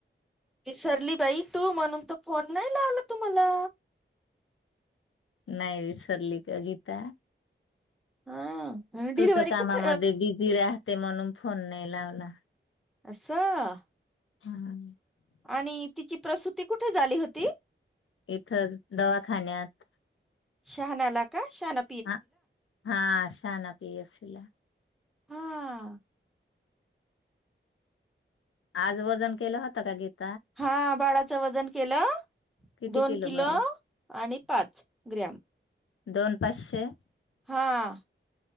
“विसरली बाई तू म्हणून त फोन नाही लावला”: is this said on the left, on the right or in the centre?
Centre